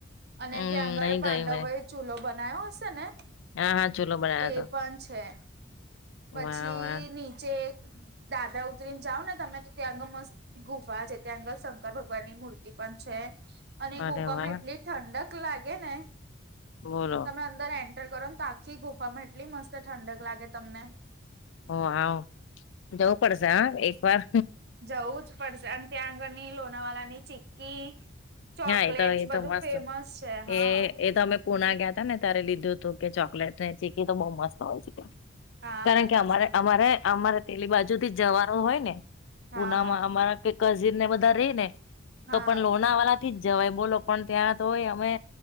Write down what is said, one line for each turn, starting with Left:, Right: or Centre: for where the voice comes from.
Right: અને
Left: હમ
Right: ત્યાં આગળ
Left: નહી
Right: પાંડવો
Left: ગઈ મેં
Right: એ ચૂલો બનાયો હશે ને
Left: હા હા ચૂલો બના્યો
Right: એ
Left: હતો
Right: પણ છે. પછી
Left: વાહ વાહ
Right: નીચે દાદરા ઉતરીને જાઓ ને તમે તો ત્યાં આગળ મસ્ત ગુફા છે ત્યાં આગળ શંકર ભગવાન ની મૂર્તિ પણ છે. અને
Left: અરે
Right: ગુફામાં
Left: વાહ
Right: એટલી ઠંડક લાગે ને
Left: બોલો.
Right: તમે અંદર એન્ટર કરો ને તો આખી ગુફામાં એટલી મસ્ત ઠંડક લાગે તમને.
Left: ઓ વાવ જવું પડશે હો એક વાર.
Right: જવું જ પડશે અને ત્યાં આગળની લોનાવાલા ની ચીકી ચોકલેટસ
Left: હા એ તો એ તો
Right: બધું
Left: મસ્ત
Right: ફેમસ છે
Left: એ
Right: હા.
Left: એ તો અમે પુના ગયા તા ને ત્યારે લીધું હતું કે ચોકલેટ ને ચીકી તો બઉ મસ્ત હોય છે.
Right: હા
Left: કારણ
Right: બહુ
Left: કે અમારે
Right: મસ્ત
Left: અમારે અમારે પેલી બાજુથી જવાનું હોય ને ઉનામાં
Right: હા હા
Left: અમારા કે કઝીન ને બધા રહી ને તો
Right: હા
Left: પણ લોના વાલા થી જવાય બોલો પણ ત્યાં તો ય અમે